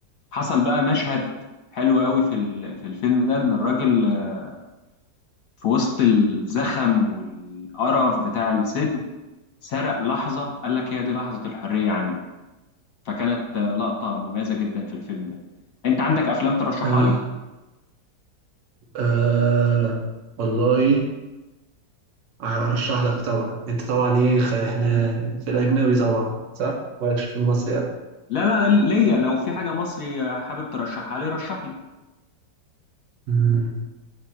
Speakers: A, on the left (about 55°); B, on the right (about 80°).
A: حصل بقى مشهد حلو قوي في ال... في الفيلم ده ان الراجل آه، في وسط الزخم والقرف بتاع السجن سرق لحظة قال لك هي دي لحظة الحرية عندي فكانت آه، لقطة مميزة جدا في الفيلم ده انت عندك افلام ترشحها
B: اه
A: لي
B: آه، والله هرشح لك طبعا انت طبعا ايه خ- احنا في الاجنبي طبعا صح مالكش في المصري أوي.
A: لا لا لا ليا لو في حاجة مصري آه، حابب ترشحها لي رشح لي
B: مم.